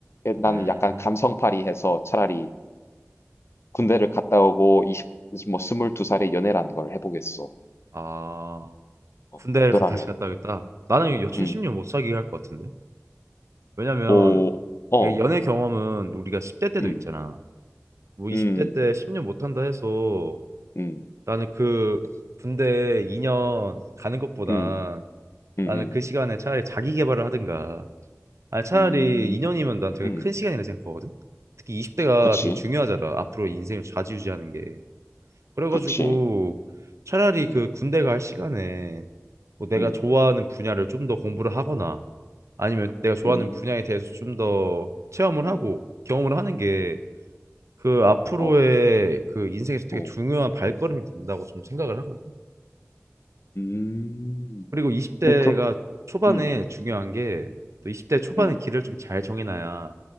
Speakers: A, on the left (about 55°); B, on the right (about 65°).
A: 에, 나는
B: 음.
A: 약간 감성팔이 해서 차라리 군대를 갔다 오고 2십뭐2두살에 연애란 걸 해보겠어.
B: 아.
A: 어,
B: 군대를
A: 너라면.
B: 가- 다시 갔다 오겠다. 나는 여친
A: 음,
B: 10년 못 사귀게 할 것 같은데. 왜냐면
A: 오, 어,
B: 연애 경험은 우리가 10대 때도
A: 음,
B: 있잖아. 뭐 20대
A: 음,
B: 때 10년 못한다 해서
A: 음,
B: 나는 그 군대 2년 가는 것보다
A: 음, 음, 음,
B: 나는 그 시간에 차라리 자기 개발을 하든가 아니 차라리
A: 음,
B: 2년이면 난 되게
A: 음,
B: 큰 시간이라 생각하거든 특히 20대가
A: 그치,
B: 되게 중요하잖아 앞으로 인생을 좌지우지하는 게 그래가지고
A: 그렇지.
B: 차라리
A: 음,
B: 그 군대 갈 시간에 뭐 내가
A: 음,
B: 좋아하는 분야를 좀 더 공부를 하거나 아니면 내가 좋아하는
A: 음,
B: 분야에 대해서 좀 더 체험을 하고
A: 음,
B: 경험을 하는 게 그 앞으로의
A: 어,
B: 그 인생에서 되게
A: 어,
B: 중요한 발걸음이 된다고 좀 생각을 하거든.
A: 음,
B: 그리고 20대가
A: 음, 그렇,
B: 초반에
A: 음,
B: 중요한 게 또 20대 초반에
A: 음,
B: 길을 좀 잘 정해놔야